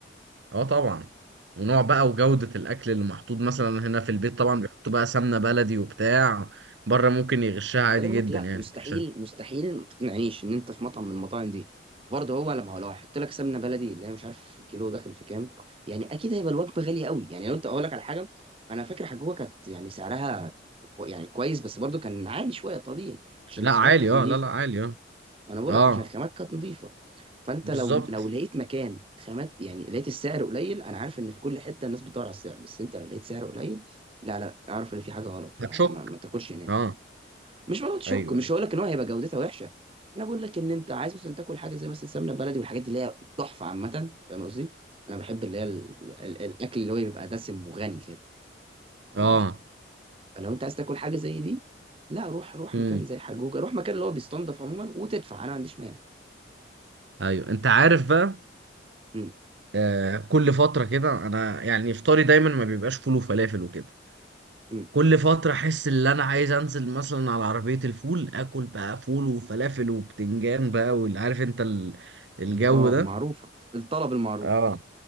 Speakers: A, on the right (about 70°); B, on the right (about 30°).
A: اه طبعا ونوع بقى وجودة الأكل اللي محطوط مثلا هنا في البيت طبعا بيحطوا بقى سمنة بلدي وبتاع بره ممكن يغشها عادي
B: خلي بالك
A: جدا
B: لا
A: يعني
B: مستحيل
A: عشان
B: مستحيل ما تقنعنيش ان انت في مطعم من المطاعم دي برضه هو لما هو لو هيحط لك سمنه بلدي اللي هي مش عارف الكيلو داخل في كام يعني اكيد هيبقى الوجبه غاليه قوي يعني لو انت اقول لك على حاجه انا فاكر حجوجه كانت يعني سعرها كو يعني كويس بس برضه كان عالي شويه طبيعي عشان
A: لا
B: الخامات
A: عالي
B: كانت
A: اه
B: نظيفه
A: لا لا عالي اه
B: انا بقول
A: اه
B: لك عشان الخامات كانت نظيفه فانت
A: بالظبط
B: لو لو لقيت مكان خامات يعني لقيت السعر قليل انا عارف ان في كل حته الناس بتدور على السعر بس انت لو لقيت سعر قليل لا لا اعرف ان في حاجه غلط ما,
A: هتشك
B: ما, ما تاكلش هناك
A: اه
B: مش موضوع شك
A: ايوه
B: مش
A: ايوه
B: هقول لك ان هو هيبقى جودتها وحشه انا بقول لك ان انت عايز مثلا تاكل حاجه زي مثلا سمنه بلدي والحاجات دي اللي هي تحفه عامه فاهم قصدي انا بحب اللي هي ال... ال... الاكل اللي هو بيبقى دسم وغني كده ف...
A: اه
B: فلو انت عايز تاكل حاجه زي دي لا روح روح
A: امم
B: مكان زي حجوجه روح مكان اللي هو بيستنضف عموما وتدفع انا ما عنديش مانع
A: ايوه انت عارف بقى
B: امم
A: آه كل فترة كده انا يعني افطاري دايما ما بيبقاش فول وفلافل وكده
B: امم
A: كل فترة احس ان انا عايز انزل مثلا على عربية الفول اكل بقى فول وفلافل وبتنجان بقى واللي عارف انت ال- الجو
B: ال- اه
A: ده
B: المعروفه الطلب المعروف
A: اه